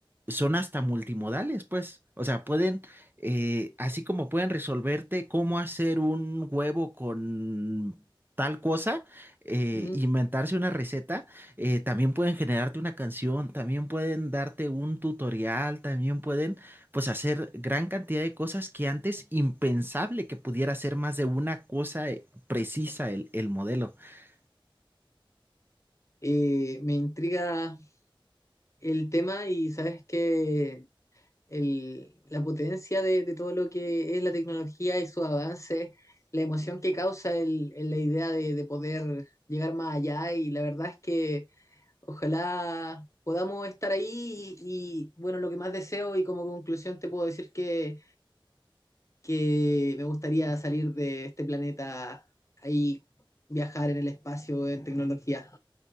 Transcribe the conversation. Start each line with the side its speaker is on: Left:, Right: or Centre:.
Right: son hasta multimodales, pues. O sea, pueden, eh, así como pueden resolverte cómo hacer un huevo con tal cosa, eh,
Left: Ujú.
Right: inventarse una receta, eh, también pueden generarte una canción, también pueden darte un tutorial, también pueden, pues, hacer gran cantidad de cosas que antes impensable que pudiera hacer más de una cosa eh, precisa el, el modelo. <laughs>
Left: Eh, me intriga el tema y sabes que el- la potencia de, de todo lo que es la tecnología y su avance, la emoción que causa el, el- la idea de, de poder llegar más allá y la verdad es que ojalá podamos estar ahí y, y, bueno, lo que más deseo y como conclusión te puedo decir que, que me gustaría salir de este planeta ahí, viajar en el espacio, en tecnología.